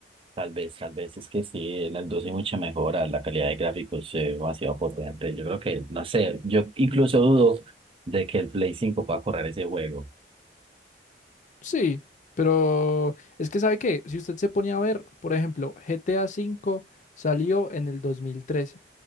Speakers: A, on the right; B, on the left.
A: Tal vez, tal vez es que sí, en el 2 hay mucha mejora, la calidad de gráficos es demasiado potente. Yo creo que, no sé, yo incluso dudo de que el Play 5 pueda correr ese juego.
B: Sí, pero es que sabe que si usted se ponía a ver, por ejemplo, GTA V salió en el dos mil trece,